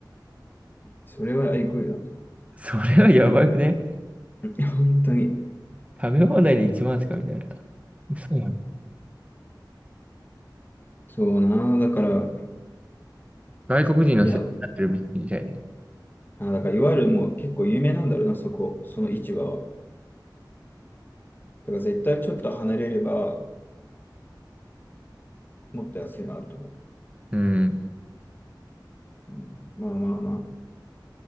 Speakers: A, on the left; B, on the right.
A: それは愛国だ。い
B: それはやばくね
A: や、本当に。
B: 食べ放題で1万ですかみたいな。嘘やん。
A: そうな。だから、
B: 外国人の設定になってるみたいで。
A: いや、あだから、いわゆるもう結構有名なんだろうな、そこ。その市場は。だから絶対ちょっと離れれば、もっと安いのあると思う。
B: うん。
A: うんまあまあまあ、